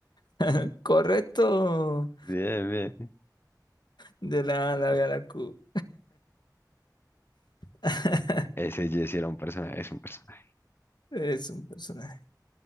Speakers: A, on the left (about 80°); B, on the left (about 30°).
A: <laughs> Correcto.
B: Bien, bien.
A: De la A la B a la Q. <laughs>
B: Ese Jessy era un personaje, es un personaje.
A: Es un personaje.